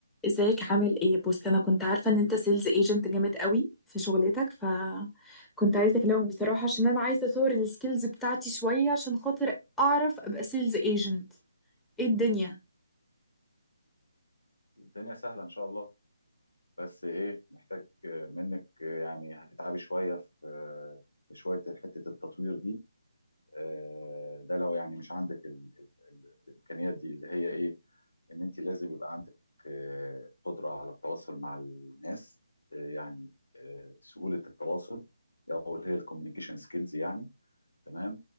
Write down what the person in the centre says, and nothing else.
ازيك عامل ايه بص انا كنت عارفه ان انت سيلز ايجنت جامد قوي في شغلتك فكنت عايزه اكلمك بصراحه عشان انا عايزه اطور السكيلز بتاعتي شويه عشان خاطر اعرف ابقى سيلز ايجنت ايه الدنيا